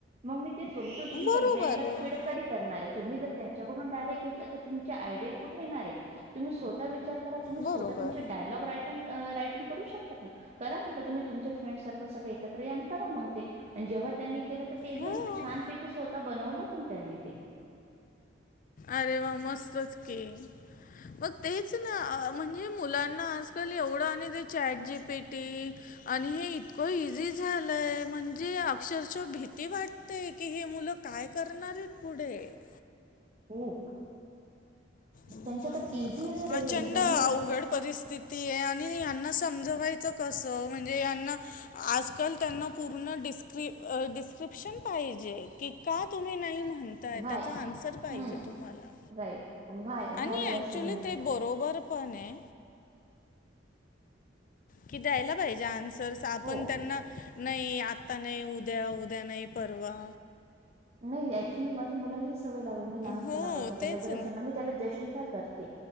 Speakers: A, on the right; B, on the left.
A: मग मी तेच बोल तू तुमच्या
B: बरोबर
A: ब्रेन ला
B: आहे
A: फीड कधी करणार आहे तुम्ही जर, त्याच्याकडून घेतलं तर तुमच्या आयडिया कुठे येणार आहेत, तुम्ही स्वतः वि विचार करा तु्ही स्वतः
B: बरोबर
A: तुमचे डायलॉग, रायटिंग करू शकतात, करा म्ह तुम्ही तुम फ्रेंड सकल सग एकत्र करा. जेव्हा त्यांनी केलं तर ते एकदम
B: हो
A: छानपैकी स्वतः बनवलं पण त्यांनी ते,
B: अरे वा मस्तच की मग तेच ना म्हण, मुलांना आजकाल एवढं ते चॅट जी पेटी आणि हे इतकं इझी झा, लय म्हणजे अक्षरशः भीती वाटतेय की हे मुलं काय करणार आहेत पुढे, ह
A: खू त्यांच्याक
B: म-
A: इझी झालेले
B: प्रचंड
A: म्हणजे आम्ही,
B: अवघड परिस्थिती आणि हेना समजवायचं कस म्हणजे हेना आजकाल त्यांना पूर्ण डिस्क्रिप्शन पाहिजे की का तुम्ही नाही, म्हणताय
A: भय
B: त्याचा आन्सर पाहिजे
A: हम्म
B: तुम्हाला
A: राईट वय
B: आणि
A: भयर
B: ॲक्च्युली
A: सु,
B: ते बरोबर पण आहे. कि द्यायला पाहिजे आन्सर्स आपण
A: हो
B: त्यांना, नाही आता नाही उद्या उद्या नाही परवा,
A: नाही अक्चुअली मी माझ्या मुलाला, सवय लावली मी लहानपणापासून
B: हो
A: त्याला
B: तेच
A: ज असेल ना मी त्याला जस्टिफाय करते.